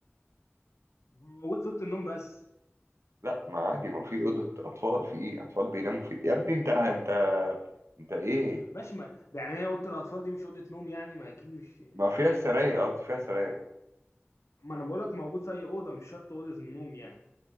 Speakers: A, on the left (about 85°); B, on the right (about 80°).
A: موجود في اوضه النوم بس
B: لا ما عادي ما في أوضة أطفال في ايه أطفال بيناموا في يا ابني انت انت انت ايه
A: ماشي ما يعني هي اوضه الاطفال دي مش اوضه نوم يعني ما اكيد مش يعني
B: ما
A: مش
B: فيها
A: اوضه
B: سراير قصدي فيها سراير
A: ما انا بقول لك موجود في اي اوضه مش شرط اوضه النوم يعني